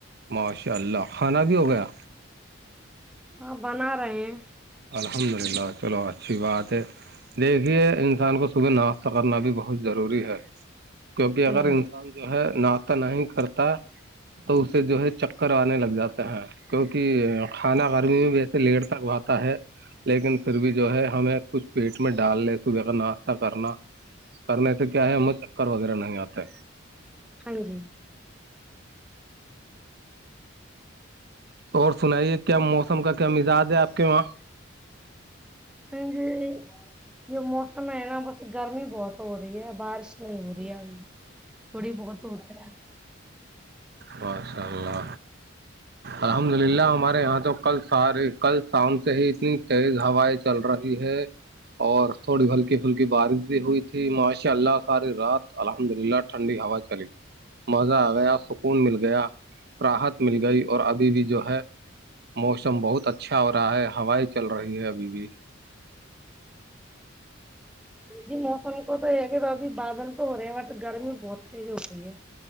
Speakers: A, on the right; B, in the centre.
A: ماشاء اللہ کھانا بھی ہو گیا
B: ہاں بنا رہے ہیں
A: الحمد للہ چلو اچھی بات ہے دیکھیے انسان کو صبح ناشتہ کرنا بھی بہت ضروری ہے کیونکہ اگر
B: ہوں
A: انسان انان جو ہے ناتہ نہیں کرتا تو اسے جو ہے چکر آنے لگ جاتے ہیں کیونکہ کھانا گرمی میں بھی ایسے لیٹ تک بات ہے لیکن پھر بھی جو ہے ہمیں کچھ پیٹ میں ڈال لی صبح کا ناشتہ کرنا کرنے سے کیا ہے م چکر وغیرہ نہیں آتا
B: ہاں جی
A: اور سنائیے کیا موسم کا کیا مزاج ہے آپ کے وہاں
B: ہوں ہوں یہ موسم ہے نا بس گرمی بہت ہو رہی ہے بارش نہیں ہو رہی ہے ابھی تھوڑی بہت ہوتا ہے
A: مسلہ الحمد للہ ہمارے یہاں تو کل سارے کل شام سے ہی اتنی تیز ہوائیں چل رہی ہے اور تھوڑی ہلکی پھلکی بارش بھی ہوئی تھی ماشاء اللہ ساری رات الحمد للہ ٹھنڈی ہوا چلی مزہ آ گیا ون مل گیا راحت مل گئی اور ابھی بھی جو ہے موسم بہت اچھا ہو رہا ہے ہوائیں چل رہی ہے ابھی بھی
B: جی موسم کو تو یہ کہ ابھی بادل تو ہو رہے ہیں بٹ گرمی بہت تیز ہو رہی ہے